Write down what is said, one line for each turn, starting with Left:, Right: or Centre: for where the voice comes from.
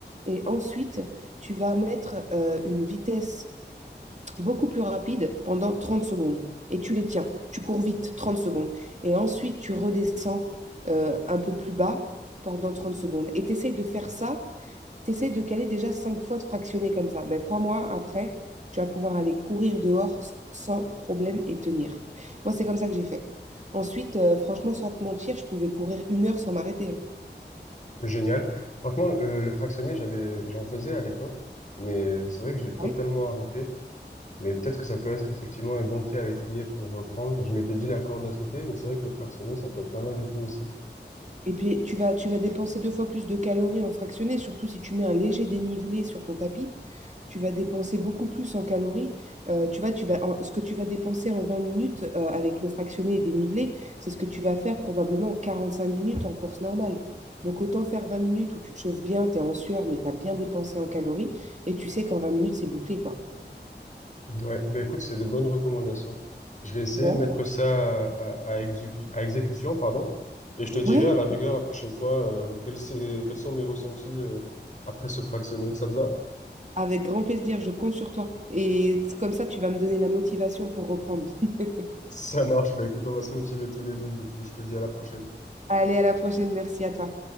Right: Et ensuite, tu vas mettre euh, une vitesse beaucoup plus rapide pendant 30 secondes. Et tu les tiens. Tu cours vite, 30 secondes. Et ensuite, tu redescends euh, un peu plus bas pendant 30 secondes. Et tu essayes de faire ça. Tu essayes de caler déjà 5 fois de fractionner comme ça. Ben, crois-moi, après, tu vas pouvoir aller courir dehors sans problème et tenir. Moi, c'est comme ça que j'ai fait. Ensuite, euh, franchement, sans te mentir, je pouvais courir une heure sans m'arrêter. hein.
Left: Génial. Franchement, le, le fractionné, j'avais, j'en faisais à l'époque, mais c'est vrai que j'ai totalement
Right: Oui,
Left: arrêté. Mais peut-être que ça peut être effectivement un bon pied à l'étrier pour reprendre. Je m'étais dit la corde à sauter, mais c'est vrai que le fractionné, ça peut être pas mal du tout aussi.
Right: Et puis, tu vas, tu vas dépenser deux fois plus de calories en fractionné, surtout si tu mets un léger dénivelé sur ton tapis. Tu vas dépenser beaucoup plus en calories. Euh, tu vois, tu vas, en- ce que tu vas dépenser en 20 minutes euh, avec le fractionné et dénivelé, c'est ce que tu vas faire probablement en cinq minutes en course normale. Donc, autant faire 20 minutes où tu te chauffes bien, tu es en sueur, mais tu as bien dépensé en calories et tu sais qu'en 20 minutes, c'est bouclé, quoi.
Left: Ouais, ben écoute, c'est de bonnes recommandations. Je vais essayer
Right: Bon,
Left: de mettre
Right: bah,
Left: ça à, à, à exécu- à exécution, pardon, et je te dirai
Right: ouais,
Left: à la rigueur la prochaine fois euh, quels, c'est- quels sont mes ressentis euh, après ce fractionné. Ça te va?
Right: avec grand plaisir, je compte sur toi. Et comme ça, tu vas me donner la motivation pour reprendre. <laughs>
Left: Ça marche, ben écoute, on va se motiver tous les deux, du coup, je te dis à la prochaine.
Right: Allez, à la prochaine. Merci à toi.